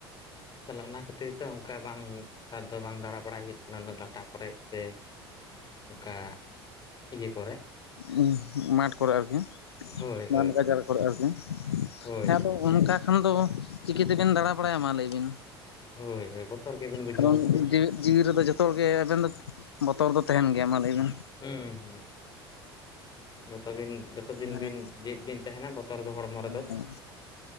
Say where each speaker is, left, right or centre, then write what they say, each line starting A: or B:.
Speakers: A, on the left (about 35°); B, on the left (about 75°).
A: ᱛᱟᱦᱚᱞᱮ ᱚᱱᱟ ᱠᱷᱟᱹᱛᱤᱨ ᱛᱮ ᱚᱱᱠᱟ ᱵᱟᱝ ᱥᱟᱨ ᱫᱚ ᱵᱟᱝ ᱫᱟᱬᱟ ᱵᱟᱲᱟᱭ ᱦᱩᱭᱩᱜ ᱠᱟᱱᱟ ᱩᱱᱟᱹᱜ ᱰᱟᱴᱟ ᱠᱚᱨᱮᱡ ᱛᱮ᱾ ᱮᱱᱠᱟ ᱤᱭᱟᱹ ᱠᱚᱨᱮ᱾
B: ᱦᱩᱸ ᱢᱟᱴᱷ ᱠᱚᱨᱮ ᱟᱨᱠᱤ?
A: ᱦᱳᱭ
B: ᱢᱟ
A: ᱦᱳᱭ
B: ᱱᱚᱝᱠᱟ
A: ᱦᱳᱭ
B: ᱡᱟᱭᱜᱟ ᱠᱚᱨᱮ ᱟᱨᱠᱤ,
A: ᱦᱳᱭ
B: ᱦᱮᱸ
A: ᱦᱳᱭ
B: ᱟᱫᱚ ᱚᱱᱠᱟ᱾ ᱠᱷᱟᱱ ᱫᱚ ᱪᱤᱠᱟᱹ ᱛᱮᱵᱮᱱ ᱫᱟᱬᱟ ᱵᱟᱲᱟᱭᱟ ᱢᱟ ᱞᱟᱹᱭᱵᱤᱱ?
A: ᱦᱳᱭ ᱦᱳᱭ ᱵᱚᱛᱚᱨ ᱜᱮᱵᱤᱱ ᱵᱩᱡᱷᱟᱹᱣᱟ
B: ᱠᱟᱨᱚᱱ
A: ᱥᱮ
B: ᱡᱮᱭᱫᱚ ᱡᱤᱣᱤ ᱨᱮᱫᱚ ᱡᱚᱛᱚ᱾ ᱠᱚᱜᱮ ᱟᱵᱮᱱ ᱫᱚ ᱵᱚᱛᱚᱨ ᱫᱚ ᱛᱮᱦᱮᱱ ᱜᱮᱭᱟ ᱢᱟ ᱞᱟᱹᱭ ᱵᱮᱱ᱾
A: ᱦᱩᱸ ᱦᱩᱸ ᱡᱚᱛᱚ ᱵᱤᱱ ᱡᱚᱛᱚ ᱫᱤᱱ
B: ᱦᱮᱸ
A: ᱵᱤᱱ ᱡᱤᱭᱮᱫ ᱵᱤᱱ ᱛᱟᱦᱮᱱᱟ ᱵᱚᱛ᱾ ᱱᱮᱛᱟᱨ ᱫᱚ ᱦᱚᱲᱢᱚ
B: ᱦᱮᱸ
A: ᱨᱮᱫᱚ᱾